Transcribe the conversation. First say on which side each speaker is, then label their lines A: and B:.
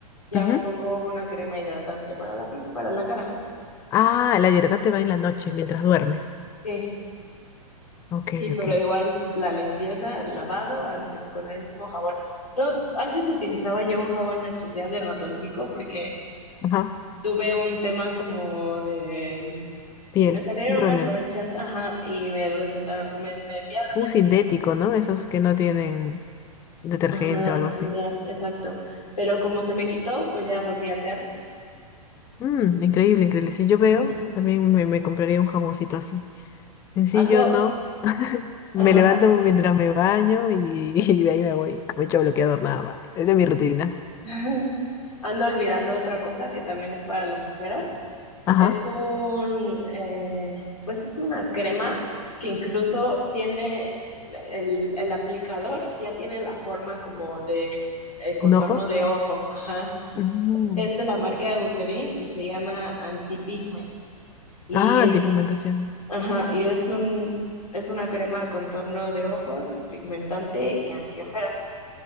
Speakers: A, on the left; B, on the left.
A: ya
B: Ujú.
A: me pongo una crema hidratante para la piel, para la cara.
B: Ah, la hidratante va en la noche, mientras duermes.
A: Sí,
B: Ok,
A: sí,
B: ok.
A: pero igual la limpieza, el lavado antes con el mismo jabón. No, antes utilizaba yo un jabón especial dermatológico porque
B: Ajá,
A: tuve un tema como de...
B: piel,
A: mm, Me salieron
B: un problema.
A: unas ronchas, ajá, y me recetaron, me, me enviaron
B: Un
A: ese.
B: sintético, ¿no? Esos que no tienen detergente
A: Ajá,
B: o algo así.
A: no, exacto. Pero como se me quitó, pues ya volví al de arroz.
B: Mm, increíble, increíble. Si yo
A: Ujú.
B: veo, también me, me compraría un jaboncito así. Sencillo,
A: Ando,
B: ¿no?
A: Ajá.
B: Me levanto mientras me baño y, <laughs> y de ahí me voy. Me echo bloqueador nada más. Esa es mi rutina.
A: <laughs> Ando olvidando otra cosa que también es para las ojeras.
B: Ajá.
A: Es un, eh, pues es una crema que incluso tiene el, el aplicador, ya tiene la forma como de eh, contorno
B: ¿Un ojo?
A: de ojo. Ajá.
B: Mm.
A: Es de la marca de Eucerin y se llama Antipigment. Y
B: Ah,
A: es,
B: antipigmentación.
A: ajá, y es un, es una crema de contorno de ojos, despigmentante y antiojeras.